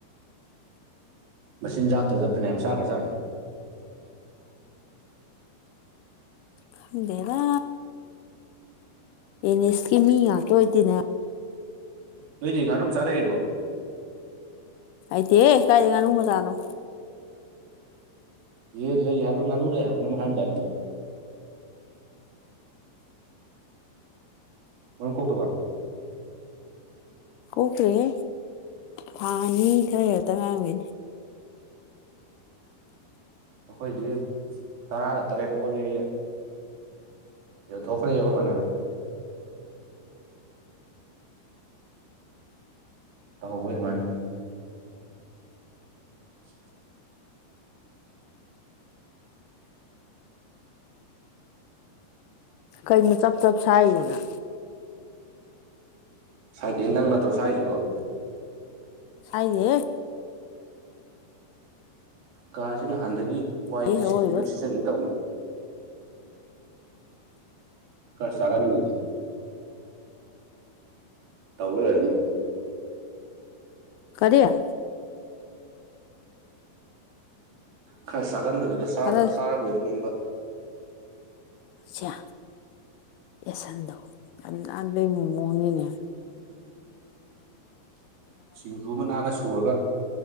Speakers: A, on the right; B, on the left.
A: ꯃꯆꯤꯟꯖꯥꯛꯇ ꯆ ꯐꯅ ꯃ ꯁꯥꯥꯒꯁꯥꯅ
B: ꯈꯟꯗꯦꯗ ꯑꯦꯅꯤ ꯏꯁꯀꯤ ꯃꯤ ꯉꯇꯣ ꯏꯗꯤꯅꯦ
A: ꯇꯣꯏ ꯈꯔꯝ ꯆꯥꯦꯔꯤꯕꯣ
B: ꯑꯥꯏꯗꯤ ꯀꯥꯏꯦ ꯉꯅꯨꯕ ꯇꯥꯅꯣ
A: ꯌꯦ ꯂꯩ ꯍꯥꯏꯕ꯭ꯔꯣ ꯉꯥꯅꯨ ꯂꯩ ꯍꯥꯏꯕ꯭ꯔꯣ ꯀꯩꯅꯝ ꯍꯥꯏꯔꯗꯥꯏ ꯅꯪꯕꯨ ꯃꯝ ꯀꯧ ꯇꯧꯕ
B: ꯀꯣꯈꯔꯦ ꯊꯅꯤ ꯏ ꯈꯔ ꯍꯥꯏ ꯇ ꯉ
A: ꯑꯩꯈꯣꯏꯗꯤ ꯇꯔꯥꯒ ꯇꯔꯦꯠ ꯑꯣꯜꯂꯦ ꯌꯦ ꯊꯣꯛꯈ꯭ꯔꯦ ꯌꯦꯀꯣ ꯃꯥꯅ ꯇꯧꯍꯧꯕ ꯏꯃꯅ <unintelligible>
B: ꯀꯩ ꯆꯞ ꯆꯞꯁꯣꯅ
A: ꯁꯥꯏꯗꯤ ꯅꯪ ꯅꯠꯇ꯭ꯔ ꯁꯥꯏꯁꯤꯕꯣ
B: ꯁꯥꯏꯗꯦ
A: ꯀꯥꯁꯦ ꯅꯍꯥꯟꯗꯒꯤ ꯋꯥꯏꯗ
B: ꯑꯦ
A: ꯁꯤꯠꯇ꯭ꯦ
B: ꯑꯋꯣꯏꯕ
A: ꯂ ꯁꯤꯆꯟꯅꯦ ꯇꯧꯅꯤ ꯀ ꯁꯒꯔꯒꯖ ꯇꯧꯅꯤ
B: ꯀꯔꯤꯌꯥ
A: ꯈꯔ ꯆꯒꯟꯕꯗꯨꯗ
B: ꯈꯔ
A: ꯆꯥꯔꯕꯣꯏꯗꯨ ꯅꯤꯡꯕ
B: ꯑꯆꯥ ꯑꯦꯁꯟꯗꯣ ꯌꯥꯝꯗ ꯃꯣꯅꯤꯅꯦ
A: <inaudible> ꯁꯤꯡꯖꯨ ꯑꯃ ꯅꯥꯟꯅ ꯁꯨꯔꯒ